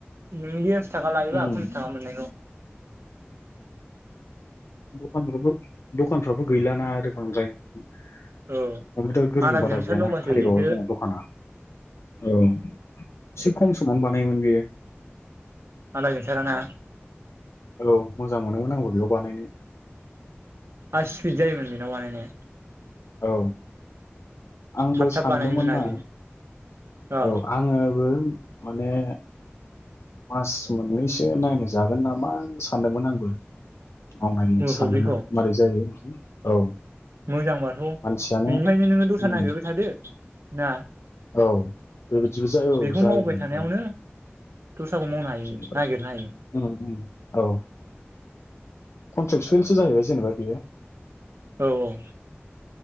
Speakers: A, on the right; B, on the left.
A: <unintelligible> आस थाखा लायोबा
B: उम
A: <unintelligible> थाखा मोननायखौ।
B: दखान फ्राबो दखान फ्राबो गैलाना आरो बांद्राय। कम्पिउटार
A: औ
B: गोरों
A: आदा
B: बारा
A: जोंसार
B: गैयाना
A: दंबासो
B: कारिगाव
A: बेसो
B: आव जोंना दखाना औ। एसे खम समावनो बानायो मोन बेयो।
A: आदा जोंसारा ना?
B: औ मोजां मोनोमोन आंबो बेयाव बानायनो।
A: आ स्पिड जायोमोन बेनाव बानायनाया।
B: औ। आंबो
A: थाब
B: सान
A: थाब बानायोमोन
B: दोंमोन
A: ना
B: मा
A: बियो अ
B: औ आङो बो माने मास मोननैसो नायनाय जागोन नामा सानदोंमोन आंबो। मावनायनो
A: उलखौ
B: सानदोंमोन
A: बेखौ
B: आं मारै जायो। औ।
A: मोजांबाथ'
B: मानसियानो
A: बेनिफ्राय नोङो दस्रा
B: उम
A: नागिरबाय थादो। ना?
B: औ बेबायदिबो जायो
A: बेखौ
B: औ जायोमोन
A: मावबाय थानायावनो
B: औ।
A: दस्राखौ मावनो हायो
B: जेनेबा
A: नागिरनो हायो।
B: उम औ कन्ट्रेक्सुयेलसो जाहैबाय जेनेबा बियो
A: औ औ।